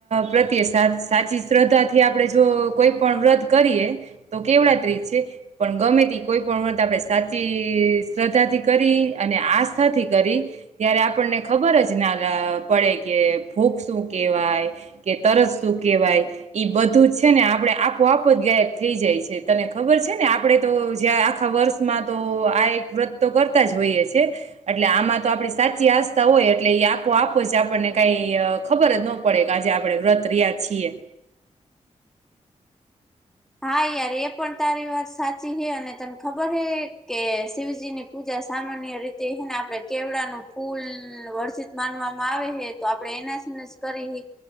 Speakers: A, on the right; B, in the centre.
A: પ્રત્યે સાચી શ્રદ્ધાથી આપણે જો કોઈ પણ વ્રત કરી. તો કેવ તજ છે પણ ગમે તે કોઈ પણ વાત આપણે સાચી શ્રદ્ધાથી કરી. અને આસ્થાથી કરી ત્યારે આપણને ખબર જ ના પડે કે. ભૂખ શું કેહેવાય કે તરત શું કેહેવાય ઈ બધું છે ને આપડે આપોઆપ જ ગાય. થ જાય છે તને ખબર છે ને આપણેે તો જ આખા વર્ષમાં તો આ એક વ્રત તો કરતા. જ હોઈએ છે એટલે આમાં તો આપણી સાચી આસ્થા હોય એટલે એ આપો આપો જ આપણને કઈ. ખબર જ ન પડે કે આજે આપડણે વ્રત રહ્યા છીએ.
B: હા યાર એ પણ તારી વાત સાચી હૈ અને તને ખબર હૈ કે શિવજીની પૂજા. સામાન્ય રીતે એને આપણે કેવડાનું ફૂલ વર્જિત માનવામાં આવે છે તો આપણે એના. સ એમ સ કરી